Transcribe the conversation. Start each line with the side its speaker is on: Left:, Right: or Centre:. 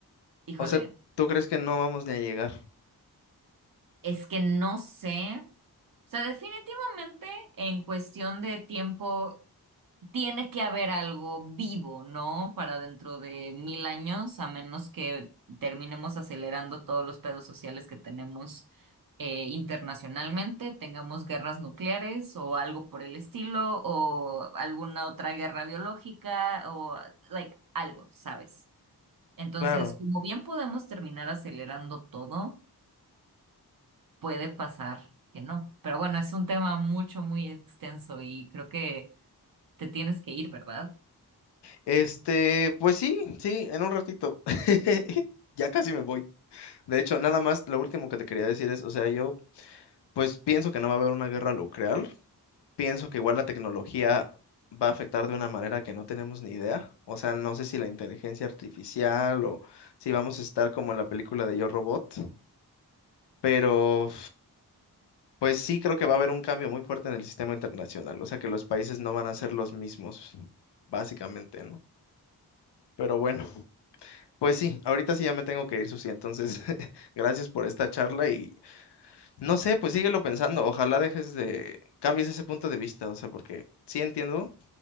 Right: híjole,
Left: O sea, ¿tú crees que no vamos ni a llegar?
Right: es que no sé. O sea, definitivamente en cuestión de tiempo Tiene que haber algo vivo, ¿no? Para dentro de mil años, a menos que terminemos acelerando todos los pedos sociales que tenemos eh, internacionalmente, tengamos guerras nucleares o algo por el estilo, o alguna otra guerra biológica, o like algo, ¿sabes? Entonces,
Left: Claro.
Right: como bien podemos terminar acelerando todo, puede pasar que no. Pero bueno, es un tema mucho, muy extenso y creo que te tienes que ir, ¿verdad?
Left: Este, pues sí, sí, en un ratito. <laughs> Ya casi me voy. De hecho, nada más, lo último que te quería decir es, o sea, yo pues pienso que no va a haber una guerra nuclear, pienso que igual la tecnología va a afectar de una manera que no tenemos ni idea, o sea, no sé si la inteligencia artificial o si vamos a estar como en la película de Yo Robot, pero pues sí creo que va a haber un cambio muy fuerte en el sistema internacional, o sea, que los países no van a ser los mismos, básicamente, ¿no? Pero bueno, <laughs> pues sí, ahorita sí ya me tengo que ir, Susi, entonces <laughs> gracias por esta charla y. No sé, pues síguelo pensando. Ojalá dejes de, cambies ese punto de vista, o sea, porque sí entiendo